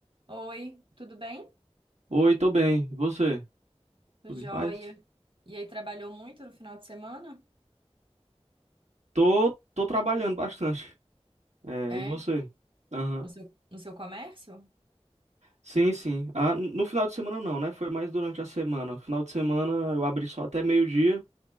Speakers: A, on the right; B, on the right.
A: Oi, tudo bem?
B: Oi, tô bem. E você?
A: Tô
B: Tudo
A: joia.
B: em paz?
A: E aí, trabalhou muito no final de semana?
B: Tô, tô trabalhando bastante. É,
A: É,
B: e você? Aham.
A: no seu, no seu comércio?
B: Sim, sim. Ah, n- no final de semana não, né? Foi mais durante a semana. Final de semana eu abri só até meio-dia